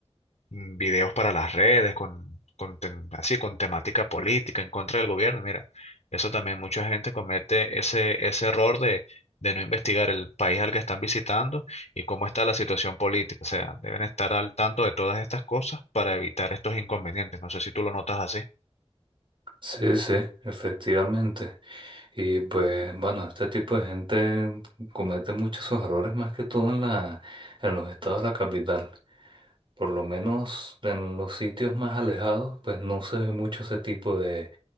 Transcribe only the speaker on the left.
mm, videos para las redes, con, con tem- así, con temática política en contra del gobierno, mira. Eso también mucha gente comete ese, ese error de, de no investigar el país al que están visitando y cómo está la situación política. O sea, deben estar al tanto de todas estas cosas para evitar estos inconvenientes. No sé si tú lo notas así.